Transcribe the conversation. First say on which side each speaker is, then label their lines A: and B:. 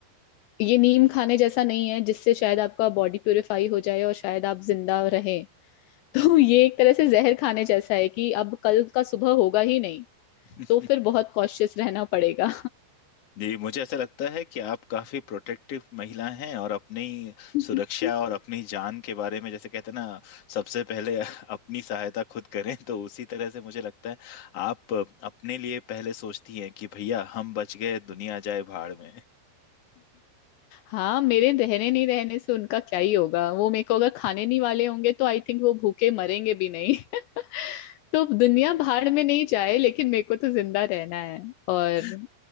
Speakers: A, on the left (about 85°); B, on the left (about 45°).
A: ये नीम खाने जैसा नहीं है जिससे शायद आपका बॉडी प्यूरिफाई हो जाए और शायद आप जिंदा रहे <laughs> तो ये एक तरह से जहर खाने जैसा है कि अब कल का सुबह होगा ही नहीं
B: <laughs>
A: तो फिर बहुत कॉशियस रहना पड़ेगा
B: जी मुझे ऐसा लगता है कि आप काफी प्रोटेक्टिव महिला हैं और अपनी
A: <laughs>
B: सुरक्षा और अपनी जान के बारे में जैसे कहते हैं ना सबसे पहले <laughs> अपनी सहायता खुद करें तो उसी तरह से मुझे लगता है आप अपने लिए पहले सोचती हैं कि भैया हम बच गए दुनिया जाए भाड़ में
A: हाँ मेरे रहने नहीं रहने से उनका क्या ही होगा वो मेरे को अगर खाने नहीं वाले होंगे तो आई थिंक वो भूखे मरेंगे भी नहीं <laughs> तो दुनिया भाड़ में नहीं जाए लेकिन मेरे को तो जिंदा रहना है और
B: <laughs>